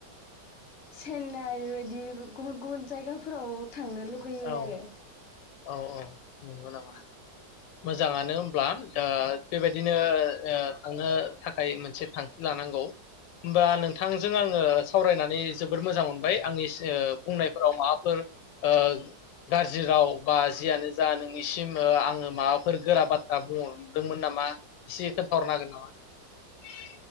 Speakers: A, on the left; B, on the left.
A: सेन्नाइ बेबायदि गुबुन गुबुन जायगाफोराव थांनो लुगैयो
B: औ
A: आरो।
B: औ औ नंगौ नामा? मोजाङानो होमब्ला ओ बेबायदिनो थांनो थाखाय मोनसे थांखि लानांगौ होमबा नोंथांजों आङो सावरायनानै जोबोर मोजां मोनबाय आंनि सि बुंनायफोराव माबाफोर ओ गाज्रि राव बा जियानो जा नोंनिसिम आङो माबाफोर गोरा बाथ्रा बुंहरदोंमोन नामा एसे खोन्थाहरनो हागोन नामा?